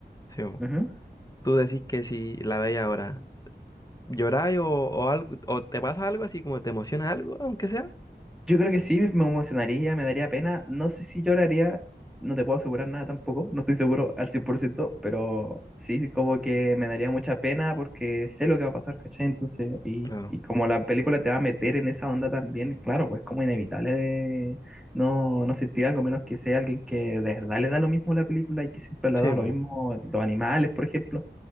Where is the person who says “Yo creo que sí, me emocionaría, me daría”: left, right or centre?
Centre